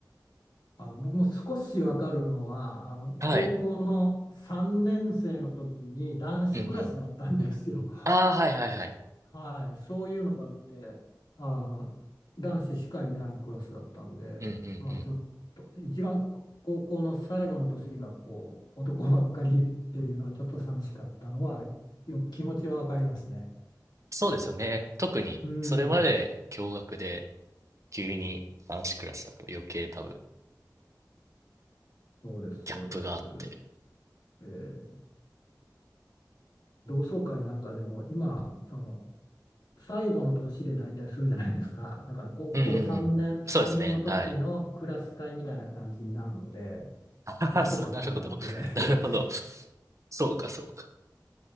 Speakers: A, on the left; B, on the right.
A: あの、僕も少しわかるのは、あの、
B: はい。
A: 高校の3年生の時に男子クラスだったんですよ。
B: うんうん。ああ、はいはいはい。
A: はい、そういうのがあって、あの、男子しかいないクラスだったんで、
B: うんうんうん。
A: まあちょっと、一番高校の最後の年がこう、男ばっかりっていうのはちょっと寂しかったのは、よく気持ちはわかりますね。
B: そうですよね。特に、
A: うん。
B: それまで驚愕で、急に男子クラスだと余計多分
A: そうです、そうです。
B: ギャップがあって。
A: えー同窓会なんかでも今、その最後の年で大体するじゃないですか。だから高校3年、
B: うんうんうん。そうですね。
A: 3年の時のクラス会みたいな感じになるので、
B: はい。あははそう、
A: 男ばっかりなんで
B: なるほど。<laughs> なるほど。
A: <laughs>
B: そうか、そうか。